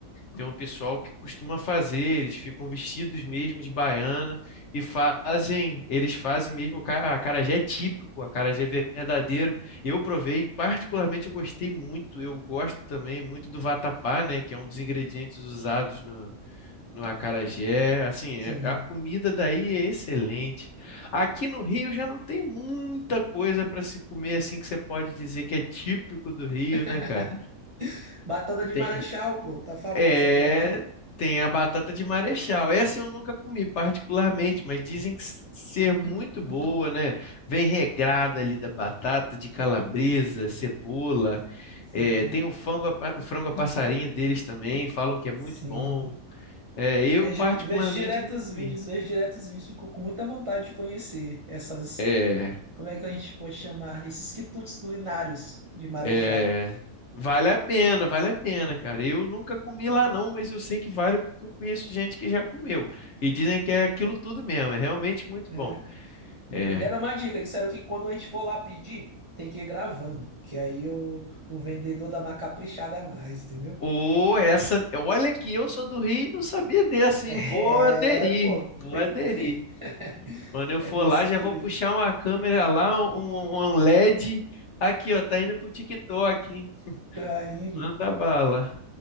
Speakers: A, on the left; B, on the right.
A: Tem um pessoal que costuma fazer. Eles ficam vestidos mesmo de baiana e fazem. Eles fazem mesmo o ca- acarajé típico, acarajé verdadeiro. Eu provei, particularmente eu gostei muito. Eu gosto também muito do vatapá, né? Que é um dos ingredientes usados no acarajé, assim,
B: Sim.
A: é- a comida daí é excelente. Aqui no Rio já não tem muita coisa para se comer assim que você pode dizer que é típico do Rio,
B: <laughs>
A: né, cara?
B: Batata de
A: Tem,
B: Marechal, pô, tá famosa
A: é,
B: agora.
A: tem a batata de Marechal. Essa eu nunca comi particularmente, mas dizem que s- ser muito boa, né? Vem regrada ali da batata, de calabresa, cebola.
B: Sim,
A: É, tem o frango, a pa- o frango a passarinho deles também, falam que é muito
B: sim.
A: bom. É,
B: Vejo,
A: eu particularmente
B: vejo direto
A: nunca
B: os
A: comi.
B: vídeos, vejo direto os vídeos, fico com muita vontade de conhecer essas,
A: É,
B: como é que a gente pode chamar, esses quitutes culinários de Marechal.
A: é, vale a pena, vale a pena, cara. Eu nunca comi lá não, mas eu sei que vale porque eu conheço gente que já comeu e dizem que é aquilo tudo mesmo, é realmente muito
B: né?
A: bom. É,
B: Me deram uma dica, disseram que quando a gente for lá pedir, tem que ir gravando, que aí o, o vendedor dá uma caprichada a mais, entendeu?
A: ou
B: <laughs>
A: essa, olha que eu sou do Rio e não sabia dessa,
B: É,
A: hein? Vou aderir,
B: pô,
A: vou
B: tem
A: aderir.
B: que. <laughs>
A: Quando eu
B: É
A: for
B: desse
A: lá, já
B: jeito
A: vou puxar uma câmera lá, um, um LED. Aqui, ó, tá indo pro TikTok, hein?
B: <laughs> ainda.
A: Manda bala.